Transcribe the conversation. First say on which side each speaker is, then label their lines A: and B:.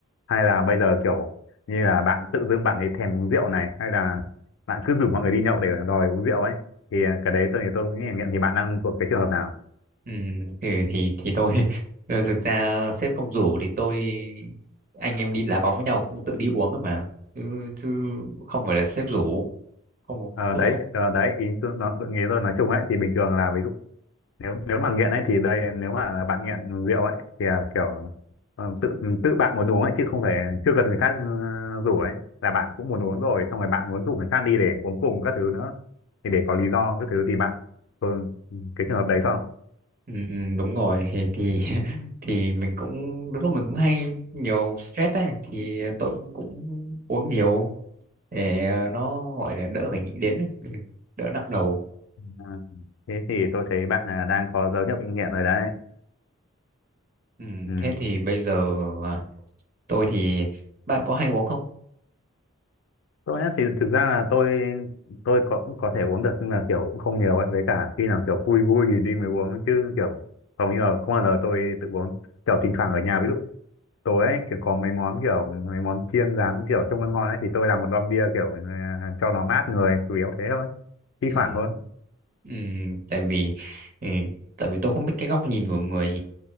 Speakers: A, on the left; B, on the right.
A: hay là bây giờ kiểu như là bạn tự dưng bạn ấy thèm uống rượu này hay là bạn cứ rủ mọi người đi nhậu để đòi uống rượu ấy thì cái đấy tôi thì tôi nghĩ là nghiện thì bạn đang thuộc cái trường hợp nào
B: Ừ, thì thì thì tôi <laughs> ờ, thực ra sếp không rủ thì tôi anh em đi đá bóng với nhau cũng tự đi uống rồi mà chứ, chứ không phải là sếp rủ không
A: Ờ,
B: không
A: đấy
B: không
A: ờ, đấy ý tôi nó tôi nghĩ tôi nói chung ấy thì bình thường là ví dụ nếu nếu mà nghiện ấy thì đây nếu mà bạn nghiện rượu ấy thì à, kiểu ờ, tự tự bạn muốn uống ấy chứ không phải chưa cần người khác ờ, rủ ấy là bạn cũng muốn uống rồi xong rồi bạn muốn rủ người khác đi để uống cùng các thứ nữa thì để có lý do các thứ thì bạn thường cái trường hợp đấy không
B: ừ, ừ, đúng rồi thì thì <laughs> thì mình cũng đôi lúc mình cũng hay nhiều stress ấy thì tôi cũng, cũng uống nhiều để ờ, nó gọi là đỡ phải nghĩ đến ấy, ừ, đỡ nặng đầu
A: à, thế thì tôi thấy bạn à, đang có dấu hiệu bị nghiện rồi đấy
B: ừ,
A: ừ.
B: thế thì bây giờ à, tôi thì bạn có hay uống không
A: tôi á thì thực ra là tôi tôi có cũng có thể uống được nhưng là kiểu cũng không nhiều ấy với cả khi nào kiểu vui vui thì đi mới uống chứ kiểu hầu như là không bao giờ tôi tự uống kiểu thỉnh thoảng ở nhà ví dụ tối ấy kiểu có mấy món kiểu mấy món chiên rán kiểu trông ngon ngon ấy thì tôi làm một lon bia kiểu à, cho nó mát người chủ yếu thế thôi thi
B: ừ.
A: thoảng thôi
B: Ừ, tại vì ừ, tại vì tôi không biết cái góc nhìn của người